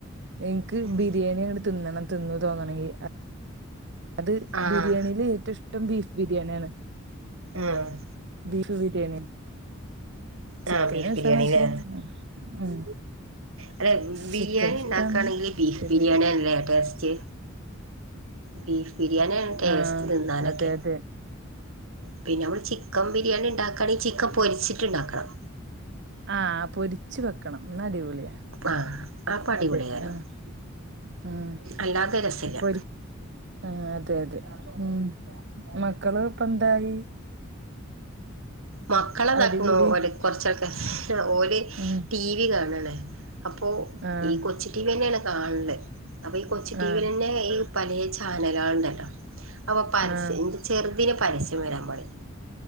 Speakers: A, on the right; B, on the right.
A: ഇൻക്ക്
B: ഉം
A: ബിരിയാണിയ ങ്ങട് തിന്നണം. തിന്ന് തോന്നണെങ്കി അത്
B: ആഹ്
A: ബിരിയാണിയില് ഏറ്റവും ഇഷ്ടം ബീഫ് ബിരിയാണ്യാണ്.
B: ആഹ്.
A: ബീഫ് ബിരിയാണിയാ. ചിക്കനും
B: ആഹ് ബീഫ്
A: ഇഷ്ടാണ്
B: ബിരിയാണില്ലേ
A: <unintelligible> ഉം
B: അല്ലെ ബിരിയാണി
A: ചിക്കൻ ഇഷ്ടാണ്
B: ഉണ്ടാക്കാണെങ്കി ബീഫ്
A: പക്ഷെ
B: ബിരിയാണി
A: ബീ
B: ആണ്ലെ ടേസ്റ്റ്. ബീഫ് ബിരിയാണി ആണ് ടേസ്റ്റ്
A: ആഹ്
B: തിന്നാനൊക്കെ.
A: അതെ അതെ
B: പിന്നെ നമ്മൾ ചിക്കൻ ബിരിയാണി ഇണ്ടാക്കാണെങ്കി ചിക്കൻ പൊരിച്ചിട്ട് ഇണ്ടാക്കണം.
A: ആഹ് പൊരിച്ചു വെക്കണം. ഇന്നാ അടിപൊളിയാ.
B: ആഹ് അപ്പൊ അടിപൊളിയാകാരം
A: അതെ ആഹ് ഉം
B: അല്ലാതെ രസല്ല
A: പൊരി ആഹ് അതെ അതെ ഉം മക്കള് ഇപ്പന്തായി?
B: മക്കളെതാക്ക്ണു
A: അടിപിടി
B: വ്ടെ കൊറച്ചൊക്കെ ഓര്
A: ഉം
B: ടി വി കാണാണ്. അപ്പോ
A: ആഹ്
B: ഈ കൊച്ചി ടി വി തന്നെയാണ് കാണണ് അപ്പോ ഈ കൊച്ചി ടിവി
A: ആഹ്
B: തന്നെ ഈ പലെ ചാനലാള്ണ്ടല്ലോ അപ്പോ പരസ്യം
A: ആഹ്
B: ന്റെ ചെറ്തിന് പരസ്യംവരാൻ പാടില്ല.